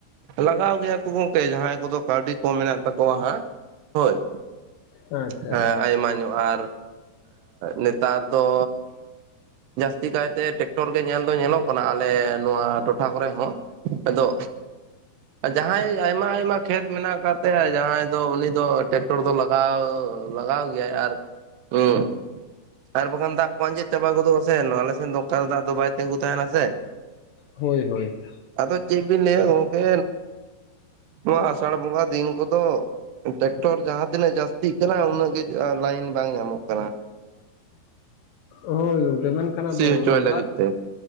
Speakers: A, on the right; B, on the left.
A: ᱞᱟᱜᱟᱣ ᱜᱮᱭᱟ ᱠᱚ ᱜᱚᱝᱠᱮ ᱡᱟᱦᱟᱸᱭ ᱠᱚᱫᱚ ᱠᱟᱹᱣᱰᱤ ᱠᱚ ᱢᱮᱱᱟᱜ ᱛᱟᱠᱚᱣᱟ᱾ ᱦᱟᱸᱜ, ᱦᱳᱭ᱾
B: ᱟᱪᱪᱷᱟ
A: ᱦᱮᱸ
B: ᱟᱪᱪᱷᱟ
A: ᱟᱭᱢᱟ ᱧᱚᱜ ᱟᱨ ᱱᱮᱛᱟᱨ ᱫᱚ᱾ ᱡᱟᱹᱥᱛᱤ ᱠᱟᱭᱛᱮ ᱴᱮᱠᱴᱚᱨ ᱜᱮ ᱧᱮᱞ ᱫᱚ ᱧᱮᱞᱚᱜ ᱠᱟᱱᱟ᱾ ᱟᱞᱮ ᱱᱚᱣᱟ ᱴᱚᱴᱷᱟ ᱠᱚᱨᱮ ᱦᱚᱸ᱾ ᱟᱫᱚ ᱟᱨ ᱡᱟᱦᱟᱸᱭ ᱟᱭᱢᱟ ᱟᱭᱢᱟ ᱠᱷᱮᱛ ᱢᱮᱱᱟᱜ ᱟᱠᱟᱫ ᱛᱟᱭᱟ᱾ ᱡᱟᱦᱟᱸᱭ ᱫᱚ ᱩᱱᱤ ᱫᱚ ᱴᱮᱠᱴᱚᱨ ᱫᱚ ᱞᱟᱜᱟᱣ ᱞᱟᱜᱟᱣ ᱜᱮᱭᱟᱭ ᱟᱨ <unintelligible> ᱟᱨ ᱵᱟᱠᱷᱟᱱ ᱫᱟᱜ ᱠᱚ ᱟᱸᱡᱮᱫ ᱪᱟᱵᱟ ᱜᱚᱫᱚᱜᱼᱟᱥᱮ, ᱟᱞᱮ ᱥᱮᱫ ᱫᱚ ᱚᱝᱠᱟ ᱫᱚ ᱫᱟᱜ ᱫᱚ ᱵᱟᱭ ᱛᱤᱸᱜᱩ ᱛᱟᱦᱮᱱᱟ ᱥᱮ᱾
B: ᱦᱳᱭ, ᱦᱳᱭ᱾
A: ᱟᱫᱚ ᱪᱮᱫ ᱵᱤᱱ ᱞᱟᱹᱭ ᱜᱚᱝᱠᱮ᱾ ᱱᱚᱶᱟ ᱟᱥᱟᱲ ᱵᱚᱸᱜᱟ ᱫᱤᱱ ᱠᱚᱫᱚ, ᱴᱨᱮᱠᱴᱚᱨ ᱡᱟᱦᱟᱸ ᱛᱤᱱᱟᱹᱜ ᱡᱟᱹᱥᱛᱤ ᱪ <inaudible> ᱩᱱᱟᱹᱜ ᱜᱮ ᱞᱟᱭᱤᱱ ᱵᱟᱝ ᱧᱟᱢᱚᱜ ᱠᱟᱱᱟ᱾
B: ᱦᱳᱭ ᱜᱚᱝᱠᱮ, ᱢᱮᱱᱠᱷᱟᱱ
A: ᱥᱤ
B: ᱟᱫᱚ
A: ᱦᱚᱪᱚᱭ
B: ᱚᱱᱟ
A: ᱞᱟᱹᱜᱤᱫ
B: ᱫᱟᱜ᱾
A: ᱛᱮ